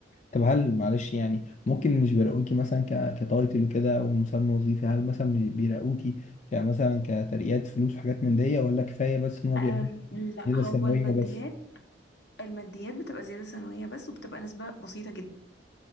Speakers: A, on the left; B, on the left.
A: طب هل معلش يعني ممكن مش بيراقوكي مثلا ك... كتايتل وكده ومسمى وظيفي هل مثلا مش بيراقوكي كمثلا كترقيات فلوس وحاجات من دي ولا كفايه بس ان هو
B: آه
A: بيعمل
B: لا
A: كده
B: هو
A: سنويه
B: الماديات
A: بس
B: الماديات بتبقى زياده سنويه بس وبتبقى نسبه بسيطه